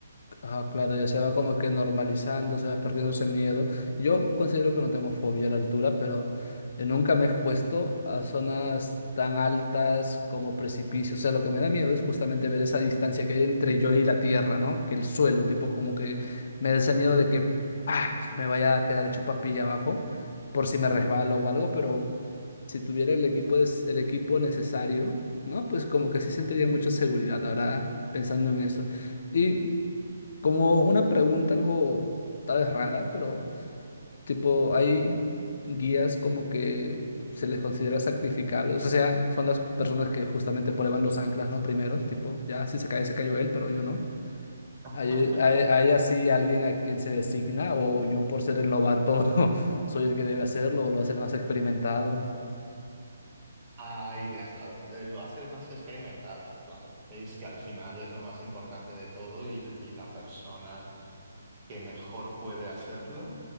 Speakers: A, on the left; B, on the right.
A: Ah, claro, ya se va como que normalizando, se va perdiendo ese miedo. Yo considero que no tengo fobia a la altura, pero eh, nunca me he expuesto a zonas tan altas como precipicios. O sea, lo que me da miedo es justamente ver esa distancia que hay entre yo y la tierra, ¿no? Que el suelo, tipo como que me da ese miedo de que ¡pah! me vaya a quedar hecho papilla abajo por si me resbalo o algo, pero si tuviera el equipo, des- el equipo necesario, ¿no? Pues como que sí sentiría mucha seguridad ahora pensando en eso. y como una pregunta algo tal vez rara, pero tipo, hay guías como que se les considera sacrificables. O sea, son las personas que justamente prueban los anclas, ¿no? Primeros, tipo, ya si se cae, se cayó él, pero yo no.
B: <laughs>
A: ¿Hay, hay, hay así alguien a quien se designa o yo por ser el novato <laughs> soy el que debe hacerlo o lo hace el más experimentado?
B: Ahí le has dado. Eh, Lo haces más experimentado, claro. Es que al final es lo más importante de todo y, y la persona que mejor puede hacerlo